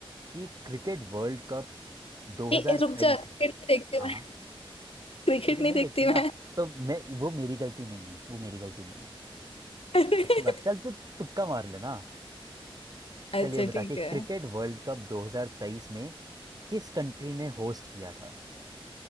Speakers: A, on the right (about 40°); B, on the left (about 80°).
A: कि क्रिकेट वर्ल्ड कप 2023
B: ए, ए, रुक जा क्रिकेट
A: में
B: नहीं देखती
A: हाँ
B: मैं
A: हाँ
B: <laughs> क्रिकेट
A: क्रिकेट
B: नहीं
A: नहीं
B: देखती
A: देखती ना
B: मैं
A: तो मैं वो मेरी गलती नहीं है वो मेरी गलती नहीं है
B: <laughs>
A: अच्छी बात चल तो तुक्का मार लेना
B: अच्छा
A: चल ये बता
B: ठीक
A: कि क्रिकेट
B: है
A: वर्ल्ड कप 2023 में किस कंट्री ने होस्ट किया था